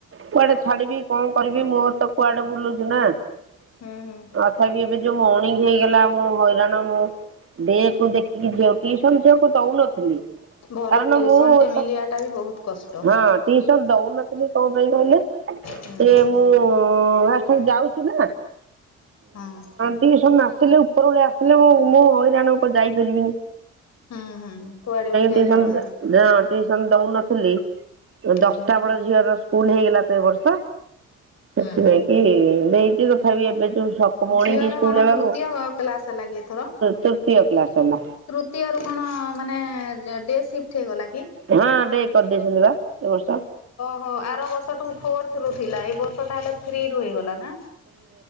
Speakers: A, on the right (about 45°); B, on the left (about 60°).
A: କୁଆଡେ ଛାଡିବି କଣ କରିବି ମୋର ତ କୁଆଡେ ବୁଲୁଛୁ ନା <unintelligible>
B: ହୁଁ ହୁଁ
A: ଯୋଉ ମଣିଗ ହେଇଗଲା ମୁଁ ହଇରାଣ ମୁ ଦେହକୁ ଦେଖିକି ଝିଅ ଟ୍ୟୁସନ ଝଅକୁ ଦଉନଥିଲି କାରଣ
B: ଭଲ ଟିଉସନ
A: ମୁଁ-
B: ଟେ ମିଳିବାଟା ବି ବହୁତ କଷ୍ଟ।
A: ହଁ ଟ୍ୟୁସନ ଦଉନଥିଲି କଣ ପାଇଁ କହିଲେ
B: ହୁଁ
A: ସିଏ ମୁଁ ହ ଆଜି ଠାରୁ ଯାଉଛି ନା
B: ହଁ।
A: ଟିଉସନ ନା ଆସିଲେ ଉପର ବେଳେ ଆସିଲେ ମୁଁ -ମୁଁ ହଇରାଣ ଆଉ ଯାଇପାରିବିନି
B: ହୁଁ ହୁଁ କୁଆଡେ ଉଠି ଯାଇ
A: ଟ୍ୟୁସନ
B: ହବନି
A: ଦଉନଥିଲି
B: ହୁଁ
A: ଦଶଟା ବେଳେ ଝିଅର ସ୍କୁଲ ହେଇଗଲା ତ ଏ ବର୍ଷ ସେଥି
B: ହୁଁ ହୁଁ
A: ନାଇଁ କିି ଦେଇ ତଥା ବି ଏବେ ଯୋଉ ସକ ମଣିକି
B: ଝିଅର
A: ସ୍କୁଲ
B: କଣ
A: ହେବାକୁ
B: ତୃତୀୟ କ୍ଲାସ ହେଲା କି ଏଥର
A: ତୃତୀୟ କ୍ଲାସ ହେଲା
B: ତୃତୀୟରୁ କଣ ମାନେ ଡେ ସିପ <unintelligible>
A: ହଁ ଡେ କରିଦେଇଛନ୍ତି ବା। ଏବର୍ଷ
B: ହଁ ଆର ବର୍ଷ ଠୁ ଫୋର୍ଥ ରୁ ଥିଲା ଏ ବର୍ଷ ତାହଲେ ଫ୍ରି ରୁ ହେଇଗଲା ନା?